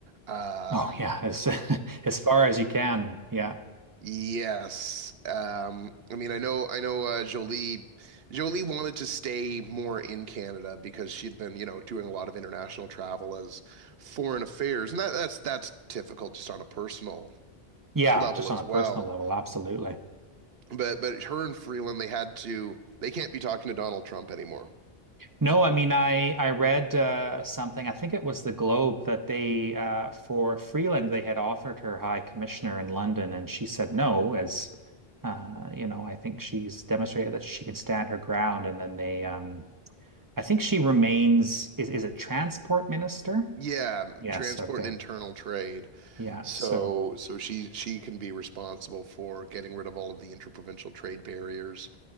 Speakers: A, on the right; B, on the right.
A: Um,
B: Oh, yeah, as <laughs> as far as you can. Yeah,
A: yes. Um, I mean, I know, I know, uh, Jolie, Jolie wanted to stay more in Canada because she'd been, you know, doing a lot of international travel as foreign affairs, and that, that's that's difficult just on a personal
B: yeah,
A: level
B: just
A: as
B: on a
A: well.
B: personal level, absolutely.
A: But but her and Freeland, they had to, they can't be talking to Donald Trump anymore.
B: No, I mean, I I read uh, something. I think it was the Globe that they uh, for Freeland they had offered her High Commissioner in London, and she said no. As uh, you know, I think she's demonstrated that she can stand her ground. And then they, um, I think she remains. Is is it Transport Minister?
A: Yeah,
B: Yes.
A: transport
B: Okay.
A: and internal trade.
B: Yeah.
A: So
B: So
A: so she she can be responsible for getting rid of all of the interprovincial trade barriers.